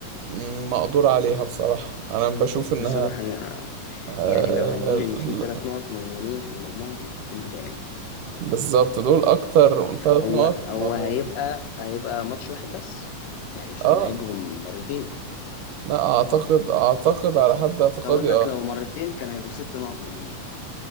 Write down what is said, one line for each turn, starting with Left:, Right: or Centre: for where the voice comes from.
Right: مم، مقدور عليها بصراحه انا بشوف انها
Left: بصراحة أنا-
Right: آه
Left: يعني لو هنقول
Right: ال-
Left: إن في ثلاث نقط مضمونين في المجموعة دي هتكون بتوع العين
Right: بالظبط دول اكتر ثلاث
Left: هو
Right: نقط
Left: هو
Right: مضمونين
Left: هيبقى هيبقى ماتش واحد بس يعني مش
Right: اه
Left: هنلعبهم مرتين
Right: لا اعتقد
Left: اه فاهم.
Right: اعتقد على حد اعتقادي
Left: كنت هقول لك
Right: اه
Left: لو مرتين كان هيبقوا ست نقط مضمونين